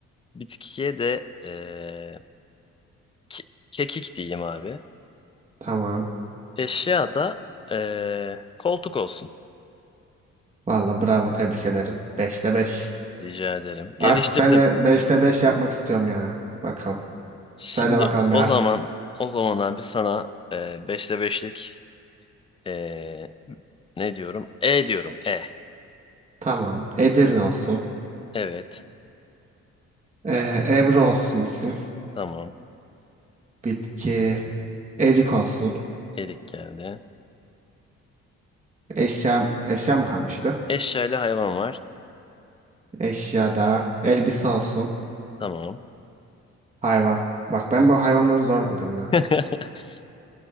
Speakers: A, on the left; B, on the right.
A: Bitkiye de eee, ke- kekik diyeyim abi.
B: Tamam.
A: Eşya da eee, koltuk olsun
B: Valla bravo tebrik ederim. beşte 5.
A: rica ederim. Geliştirdim.
B: Artık ben de beşte 5 yapmak istiyorum ya. Bakalım.
A: Şimdi
B: Söyle bakalım bir
A: o
B: harf.
A: zaman o zaman abi sana eee beşte beşlik eee, ne diyorum? E diyorum. E.
B: Tamam. Edirne olsun.
A: Evet.
B: Ee, Ebru olsun isim.
A: Tamam.
B: Bitki. Erik olsun.
A: Erik geldi.
B: Eşya, eşya mı kalmıştı?
A: Eşya ile hayvan var.
B: Eşya da. Elbise olsun.
A: Tamam.
B: Hayvan. Bak ben bu hayvanları zor buluyorum ha.
A: <laughs>